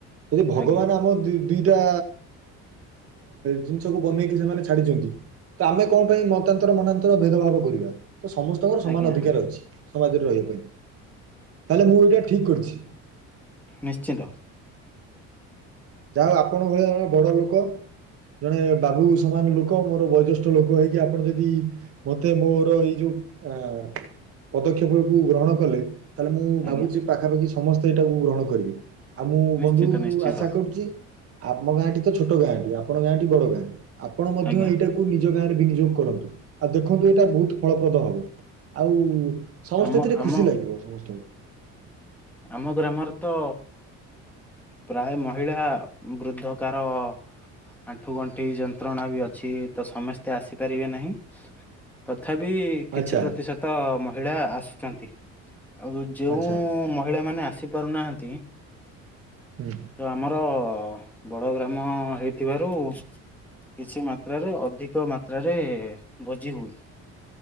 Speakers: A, on the right; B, in the centre.
A: ଯଦି ଭଗବାନ
B: ଆଜ୍ଞା
A: ଆମ ଦି ଦିଟା ଜିନିଷକୁ ବନେଇକି ସେମାନେ ଛାଡିଚନ୍ତି। ତ ଆମେ କଣ ପାଇଁ ମତାନ୍ତର ମନାନ୍ତର ଭେଦଭାବ କରିବା। ତ ସମସ୍ତଙ୍କର ସମାନ
B: ଆଜ୍ଞା
A: ଅଧିକାର ଅଛି ସମାଜରେ ରହିବା ପାଇଁ ତାହେଲେ ମୁଁ ଏଇଟା ଠିକ୍ କରିଛି।
B: ନିଶ୍ଚିତ।
A: ଯାହା ହୋଉ ଆପଣଙ୍କ ଭଳିଆ ଜଣେ ବଡ ଲୋକ ଜଣେ ବାବୁ ସମାନ ଲୋକ ମୋର ବୟୋଜ୍ୟେଷ୍ଠ ଲୋକ ହେଇକି ଆପଣ ଯଦି ମତେ ମୋର ଏଇ ଯୋଉ ଆ ପଦକ୍ଷେପ କୁ ଗ୍ରହଣ କଲେ। ତାହେଲେ ମୁଁ
B: ଆଜ୍ଞା
A: ଭାବୁଛି ପାଖାପାଖି ସମସ୍ତେ ଏଇଟାକୁ ଗ୍ରହଣ କରିବେ ଆଉ ମୁଁ
B: ନିଶ୍ଚିନ୍ତ
A: ବନ୍ଧୁ
B: ନିଶ୍ଚିନ୍ତ
A: ଆଶା କରୁ ଆମ ଗାଁଟି ତ ଛୋଟ ଗାଁଟି ଆପଣ ଗାଁଟି ବଡ ଗାଁ ଆପଣ ମଧ୍ୟ
B: ଆଜ୍ଞା
A: ଏଇଟା ନିଜ ଗାଁରେ ବିନିଯୋଗ କରନ୍ତୁ ଆଉ ଦେଖନ୍ତୁ ଏଇଟା ବହୁତ ଫଳପ୍ରଦ ହବ। ଆଉ ସମସ୍ତେ
B: ଆମ
A: ଏଥିରେ
B: ଆମ
A: ଖୁସି ଲାଗିବ ସମସ୍ତଙ୍କୁ।
B: ଆମ ଗ୍ରାମରେ ତ ପ୍ରାୟ ମହିଳା ବୃଦ୍ଧକାର ଆଣ୍ଠୁ ଗଣ୍ଠି ଯନ୍ତ୍ରଣା ବି ଅଛି ତ ସମସ୍ତେ ଆସିପାରିବେ ନାହିଁ। ତଥାପି କିଛି
A: ଆଚ୍ଛା
B: ପ୍ରତିଶତ ମହିଳା ଆସୁଛନ୍ତି ଆଉ ଯେଉ
A: ଆଚ୍ଛା
B: ମହିଳା ମାନେ ଆସି ପାରୁନାହାନ୍ତି
A: ହୁଁ
B: ତ ଆମର ବଡ ଗ୍ରାମ ହେଇଥିବାରୁ କିଛି ମାତ୍ରାରେ ଅଧିକ ମାତ୍ରାରେ ଭୋଜି ହୁଏ।